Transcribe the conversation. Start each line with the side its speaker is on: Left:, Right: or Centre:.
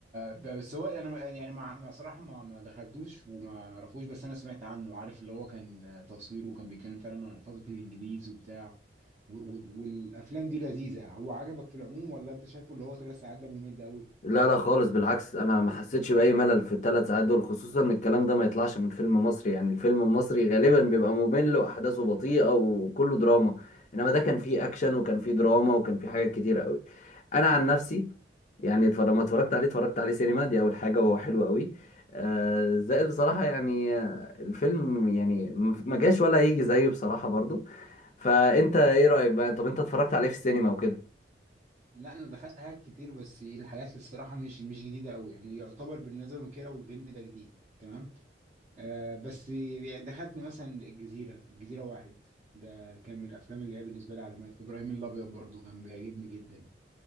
Right: ب... بس هو انا يعني ما ما صراحه ما ما دخلتوش وما اعرفوش بس انا سمعت عنه عارف اللي هو كان تصويره وكان بيتكلم فعلا عن فتره الانجليز وبتاع و... و... والافلام دي لذيذه هو عجبك في العموم ولا انت شايفه اللي هو ثلاث ساعات ده ممل قوي
Left: لا لا خالص بالعكس انا ما حسيتش باي ملل في الثلاث ساعات دول خصوصا ان الكلام ده ما يطلعش من فيلم مصري يعني الفيلم المصري غالبا بيبقى ممل واحداثه بطيئه وكله دراما انما ده كان فيه اكشن وكان فيه دراما وكان فيه حاجات كتير قوي انا عن نفسي يعني اتفرج ما اتفرجت عليه اتفرجت عليه سينما دي اول حاجه وهو حلو قوي آه زائد بصراحه يعني آه، الفيلم يعني م- ما جاش ولا يجي زيه بصراحه برضو فانت ايه رايك بقى طب انت اتفرجت عليه في السينما وكده
Right: لا انا دخلت حاجات كتير بس الحاجات اللي الصراحه مش مش جديده قوي يعني يعتبر بالنسبه للكيره والجن ده جديد تمام آه بس يعني دخلت مثلا الجزيره الجزيره واحد ده كان من الافلام اللي هي بالنسبه لي علامات ابراهيم الابيض برضو كان بيعجبني جدا